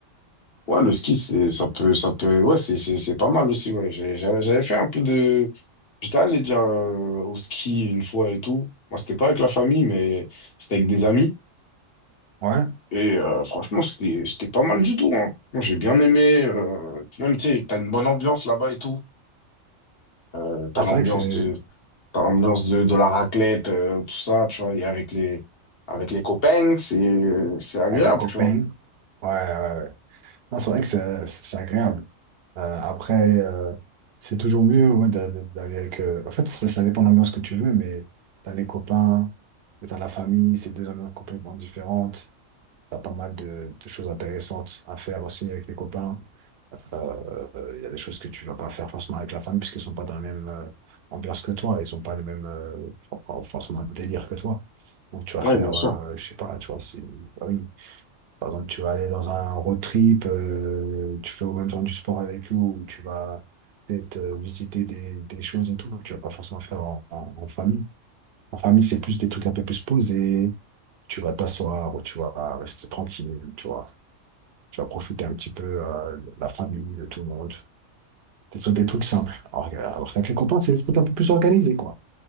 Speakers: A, on the left; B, on the right.
A: ouais, le ski, c'est, ça peut, ça peut, ouais, c'est, c'est, c'est pas mal aussi. Ouais, J'ai- j'avais j'avais fait un peu de. J'étais allé déjà euh, au ski une fois et tout. Moi, c'était pas avec la famille, mais c'était avec des amis.
B: Ouais.
A: Et euh, franchement, c'était, c'était pas mal du tout. Hein. Moi, j'ai bien aimé. euh, puis même, tu sais, t'as une bonne ambiance là-bas et tout. Euh, t'as
B: Ouais,
A: l'ambiance
B: c'est vrai que c'est
A: de. T'as l'ambiance de, de la raclette, euh, tout ça, tu vois, et avec les, avec les copains, c'est, c'est agréable,
B: avec les copains.
A: tu vois.
B: Ouais, ouais, ouais. Non, c'est vrai que c'est c'est- c'est agréable. Euh, après, euh, c'est toujours mieux ouais, d'a- d'a- d'aller avec. euh, En fait, ça, ça dépend de l'ambiance que tu veux, mais t'as les copains, t'as la famille, c'est deux ambiances complètement différentes. T'as pas mal de, de choses intéressantes à faire aussi avec les copains. Euh, Il y a des choses que tu vas pas faire forcément avec la famille puisqu'ils sont pas dans la même euh, ambiance que toi. Ils sont pas le même euh, for- forcément délire que toi. Donc tu vas
A: Oui,
B: faire,
A: bien sûr.
B: euh, je sais pas, tu vois, si, ah oui. Par exemple, tu vas aller dans un road trip, euh, tu fais au même temps du sport avec eux ou tu vas peut-être euh, visiter des, des choses et tout. que Tu vas pas forcément faire en, en- en famille. En famille, c'est plus des trucs un peu plus posés tu vas t'asseoir ou tu vas rester tranquille, tu vois. Tu vas profiter un petit peu euh, de la famille, de tout le monde. Ce sont des trucs simples. Alors, que- alors qu'avec les copains, c'est des trucs un peu plus organisés, quoi.